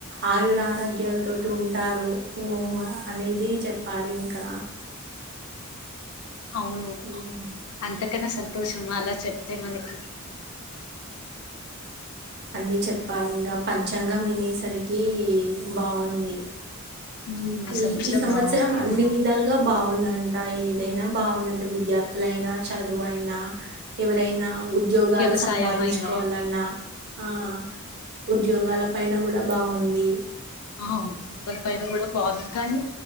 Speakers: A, on the right; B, on the left.
A: ఆయురారోగ్యాల తోటి ఉంటారు ఉ ఆ అనేది చెప్పారు ఇంకా
B: ఉ అవును
A: హ్మ్.
B: అంతకన్నా సంతోషమా అలా చెప్తే మనకి
A: అన్ని చెప్పాలి ఇంకా పంచాంగం వినేసరికి బావుంది
B: ఉమ్
A: ఈ ఈ సంవత్సరం
B: బాగుంది
A: అన్ని
B: అన్న
A: విధాలుగా బావుందంట ఈ దైనా బావుందంట విద్యార్థులైనా చదువు అయినా ఎవరైనా ఉద్యోగాలు
B: వ్యవసాయం
A: సంపాదించుకోవాలన్నా
B: అయినా
A: ఆ ఉద్యోగాల పైన కూడా బావుంది
B: అవును <unintelligible> కూడా బావుంది కానీ